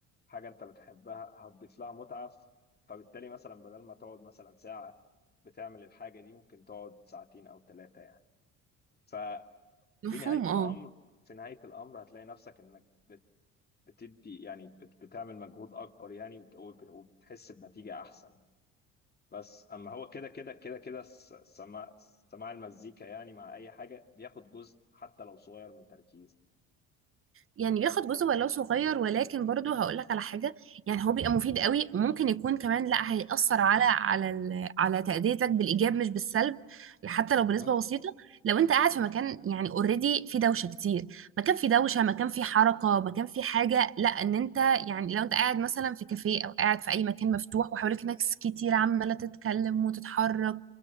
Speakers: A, on the left; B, on the right.
A: حاجه انت بتحبها هتضيف لها متعه ف- فبالتالي مثلا بدل ما تقعد مثلا ساعه بتعمل الحاجه دي ممكن تقعد ساعتين او ثلاثه يعني ففي
B: مفهوم
A: نهايه
B: اه
A: الامر في نهايه الامر هتلاقي نفسك انك بتدي يعني بت- بتعمل مجهود اكبر يعني وبت- وبت- وبتحس بنتيجة احسن بس اما هو كده كده كده كده الس- السماع سماع المزيكا يعني مع اي حاجة بياخد جزء حتى لو صغير من تركيز
B: يعني بياخد جزء ولو صغير ولكن برضو هقول لك على حاجة يعني هو بيبقى مفيد قوي ممكن يكون كمان لا هيأثر على على ال- على تأديتك بالإيجاب مش بالسلب حتى
A: اها
B: لو بنسبة بسيطة لو أنت قاعد في مكان يعني اوريدي في دوشة كتير مكان في دوشة مكان في حركة مكان في حاجة لا إن أنت يعني لو أنت قاعد مثلا في كافيه أو قاعد في أي مكان مفتوح وحواليك ناس كتير عمالة تتكلم وتتحرك